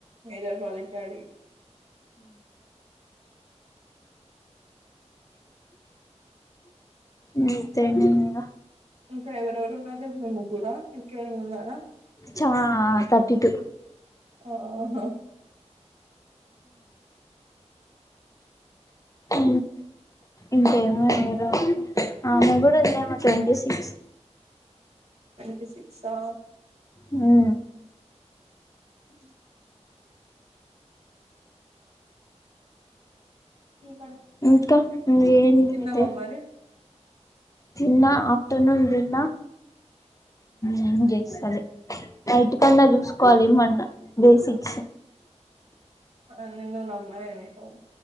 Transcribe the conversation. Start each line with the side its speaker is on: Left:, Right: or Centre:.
Right: మేజర్ ప్రాజెక్టె అడిగిండు.
Left: ఇంతేనా ఇంగ.
Right: ఇంకా ఎవరెవరు ఉన్నారు, రేపు మీ ముగ్గురా, ఇంకెవరైనా ఉన్నారా?
Left: చా థర్టీ టు
Right: ఆహా
Left: అ ఇంకేమన్నరు ఆమె గుడ ఉందేమో ట్వంటీసిక్స్
Right: ట్వంటీ సిక్సా
Left: ఉమ్
Right: ఉమ్ ఇంకానా
Left: ఇంకా ఇంగ ఏం
Right: తిన్నావా
Left: లేదే
Right: మరి
Left: తిన్నా ఆఫ్టర్నూన్ తిన్నా. ఏం చేస్తలే అయి. ఇంటికన్నే చూసుకోవాలి ఏమన్నా బేసిక్స్
Right: ఆ నిన్ను నమ్మనే నను.